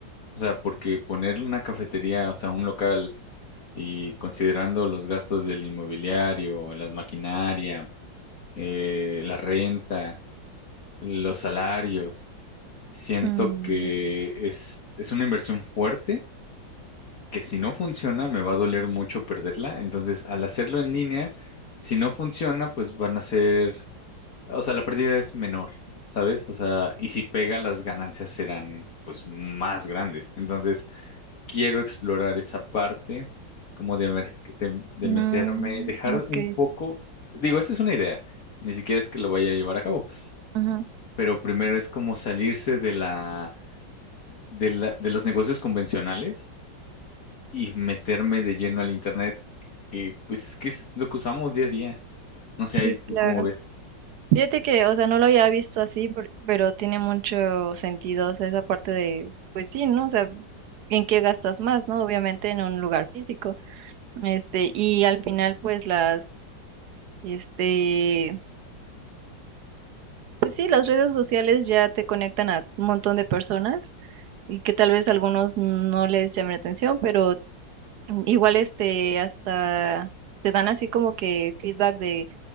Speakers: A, on the left; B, on the right.
A: O sea, porque poner una cafetería, o sea, un local y considerando los gastos del inmobiliario, la maquinaria, eh, la renta, los salarios. Siento
B: Mm,
A: que es, es una inversión fuerte, que si no funciona me va a doler mucho perderla. Entonces, al hacerlo en línea, si no funciona, pues van a ser, o sea, la pérdida es menor, ¿sabes? O sea, y si pega, las ganancias serán pues más grandes. Entonces, quiero explorar esa parte, como de, mer- de, de
B: mm,
A: meterme, dejar
B: ok.
A: un poco, digo, esta es una idea, ni siquiera es que lo vaya a llevar a cabo,
B: Ujú.
A: pero primero es como salirse de la de la- de los negocios convencionales y meterme de lleno al internet, que pues que es lo que usamos día a día. No sé,
B: Sí,
A: ahí tú
B: claro.
A: cómo ves.
B: Fíjate que, o sea, no lo había visto así, por- pero tiene mucho sentido, o sea, esa parte de, pues sí, ¿no? O sea, ¿en qué gastas más, no? Obviamente en un lugar físico. Este, y al final, pues las, este, pues sí, las redes sociales ya te conectan a un montón de personas y que tal vez algunos no les llame la atención, pero mm, igual este hasta te dan así como que feedback de,